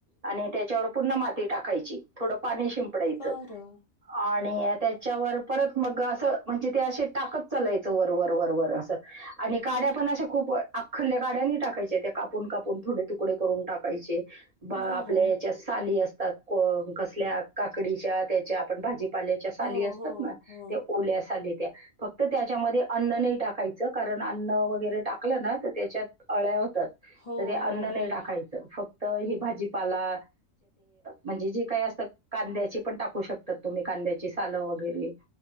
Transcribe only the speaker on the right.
आणि त्याच्यावर पूर्ण माती टाकायची थोड पाणी शिंप. शिंपडायचं
आणि. त्याच्यावर परत मग असं म्हणजे ते असे टाकत चालायचं वरवर वरवर असं. आणि काड्या पण अशा खूप अख्खलल्या काड्यांनी टाकायच्या त्या कापून कापून थोडे तुकडे करून टाकायचे. बा
आपल्या हेच्यात साली असतात. कसल्या काकडीच्या त्याच्या आपण भाजी पाल्याच्या साली
असतात,
ना
त्या ओल्या साली त्या फक्त त्याच्यामध्ये अन्न नाही टाकायचं. कारण अन्न वगैरे टाकलं ना तर त्याच्यात आळ्या होतात.
तरी अन्न
नाही टाकायचं फक्त. भाजीपाला म्हणजे जे काय असत कांद्याची पण टाकू शकतात. तुम्ही कांद्याची सालं वगैरे